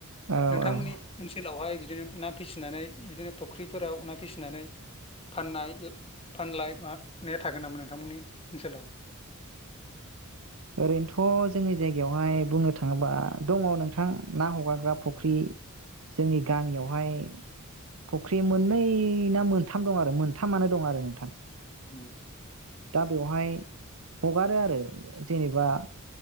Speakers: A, on the right; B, on the left.
A: औ
B: नोंथांमोननि
A: औ
B: ओनसोलावहाय बिदिनो ना फिसिनानै बिदिनो फुख्रि फोराव ना फिसिनानै फाननाय ला -फानलाय मा ने थागोन नामा नोंथांमोननि ओनसोलाव?
A: ओरैनोथ' जोंनि जायगायावहाय बुंनो थाङोबा दङ नोंथां ना हगारग्रा फुख्रि जोंनि गामियावहाय फख्रि मोन नै ना मोनथाम दं आरो मोनथामानो दं आरो नोंथां।
B: उम
A: दा बेवहाय हगारो आरो जेनेबा